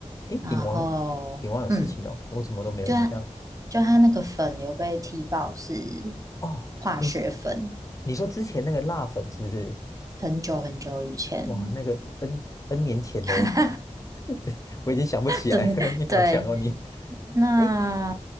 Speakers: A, on the left; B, on the right.
A: 诶，鼎王，
B: 然后嗯，
A: 鼎王有事情哦，我怎么都没有印象。
B: 就它就它那个粉有被踢爆是
A: 哦，
B: 化学粉，
A: 你是你说之前那个辣粉是不是？
B: 很久很久以前。
A: 哇，那个 N N 年前嘞，
B: <laughs>
A: <laughs> 这我已经想不起来了。
B: 对对，
A: <laughs> 你好强哦，你。
B: 那
A: 诶，